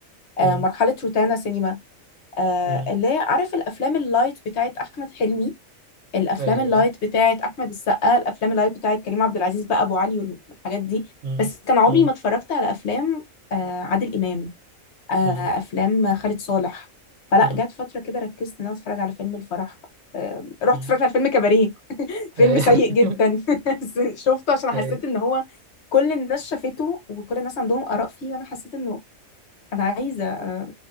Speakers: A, on the left; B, on the right.
A: آه،
B: مم.
A: مرحلة روتانا سينما آه،
B: مم.
A: اللي هي عارف الأفلام اللايت بتاعت أحمد حلمي الأفلام
B: أيوه
A: اللايت بتاعت أحمد السقا الأفلام اللايت بتاعت كريم عبد العزيز بقى أبو علي والحاجات دي
B: مم.
A: بس كان عمري
B: مم.
A: ما اتفرجت على أفلام آه، عادل إمام آه،
B: مم.
A: افلام خالد صالح فلا
B: مم.
A: جت فتره كده ركزت ان انا اتفرج على فيلم الفرح آه، رحت
B: مم.
A: اتفرجت على فيلم كباريه فيلم
B: أيوه
A: سيء جدا
B: <laughs>
A: <laughs> بس شفته عشان حسيت
B: أيوه
A: ان هو كل الناس شافته وكل الناس عندهم اراء فيه وانا حسيت انه انا عايزه آه،